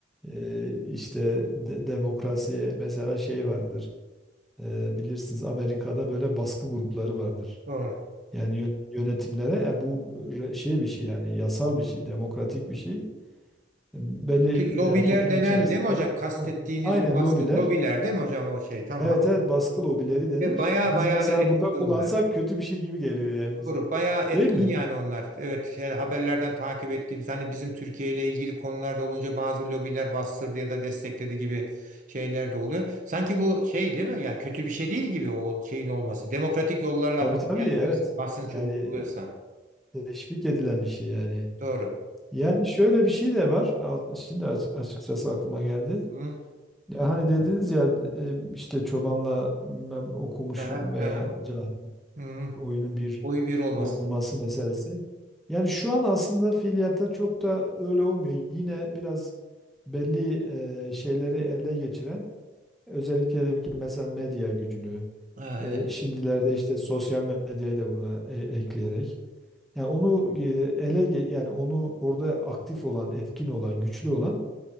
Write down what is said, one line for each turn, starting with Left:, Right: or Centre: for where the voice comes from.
Centre: Ee, işte de- demokrasi mesela şey vardır. Ee, bilirsiniz Amerika'da böyle baskı grupları vardır.
Right: Doğru.
Centre: Yani yön- yönetimlere yani bu re- şey bir şey yani yasal bir şey, demokratik bir şey. Belli
Right: Şu lobiler
Centre: yani toplum
Right: denen
Centre: içerisinde
Right: değil mi hocam? Kastettiğiniz
Centre: Tamam. aynen
Right: o baskı
Centre: lobiler
Right: lobiler değil mi hocam o şey? Tamam.
Centre: Evet evet baskı lobileri denir.
Right: Ve baya
Centre: Biz
Right: baya
Centre: mesela
Right: da etkili
Centre: burada kullansak
Right: onlar.
Centre: kötü bir şey gibi geliyor yani bize.
Right: Doğru. Bayağı etkin
Centre: Değil mi?
Right: yani onlar. Evet yani haberlerden takip ettiğimiz hani bizim Türkiye ile ilgili konularda olunca bazı lobiler bastırdı ya da destekledi gibi şeyler de oluyor. Sanki bu şey değil mi? Ya kötü bir şey değil gibi o şeyin olması. Demokratik yollarla
Centre: Tabii
Right: bas-
Centre: tabii
Right: yapıyorsa,
Centre: evet.
Right: basınç
Centre: Yani
Right: uyguluyorsa.
Centre: teşvik edilen bir şey yani.
Right: Doğru.
Centre: Yani şöyle bir şey de var. Al- Şimdi aç- açıkçası aklıma geldi.
Right: Hı hı.
Centre: Ya hani dediniz ya e, işte çobanla bilmem okumuşun
Right: Aha,
Centre: veya
Right: aha.
Centre: cahil
Right: Hı hı.
Centre: bir oyunun bir
Right: Oy bir olmasın.
Centre: olması meselesi. Yani şu an aslında fiiliyatta çok da öyle olmuyor. Yine biraz belli e, şeyleri ele geçiren Özellikle demek ki mesela medya gücünü,
Right: Ha,
Centre: e,
Right: evet.
Centre: şimdilerde işte sosyal medyayı da buna e, ekleyerek, yani onu e, ele ge- yani onu orada aktif olan, etkin olan, güçlü olan,